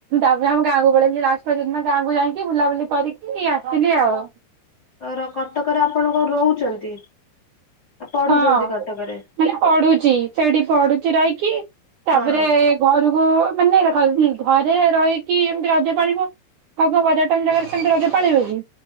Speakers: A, on the right (about 75°); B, on the left (about 25°).
A: ତାପରେ ଆମ ଗାଁକୁ ପଳେଇଲି ଲାଷ୍ଟ୍ ରଜ ଦିନ ଗାଁକୁ ଯାଇକି ବୁଲାବୁଲି କରିକି ଆସ୍ ଆସିଥିଲି ଆଉ।
B: ର -କଟକରେ ଆପଣ କଣ ରହୁଚନ୍ତି? ପଢୁଚନ୍ତି
A: ହଁ।
B: କଟକରେ?
A: ମାନେ ପଢୁଚି ସେଇଠି ପଢୁଚି ରହିକି ତାପରେ
B: ହଁ
A: ଘରୁକୁ ମାନେ ଦେଖନ୍ତୁ ଘରେ ରହିକି ଏମତି ରଜ ପାଳିବ ଆଉ କଣ୍ ବଜାର୍ ଟାଉନ୍ ଜାଗାରେ ସେମତି ରଜ ପାଳିବ କି?